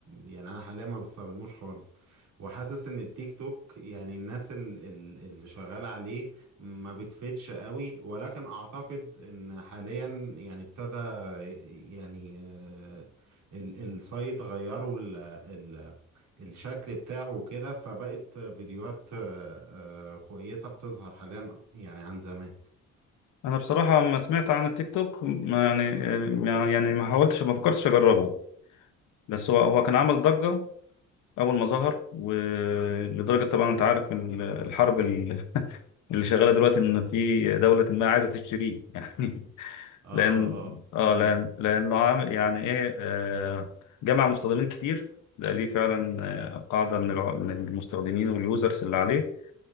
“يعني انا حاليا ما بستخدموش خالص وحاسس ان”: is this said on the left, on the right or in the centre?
Right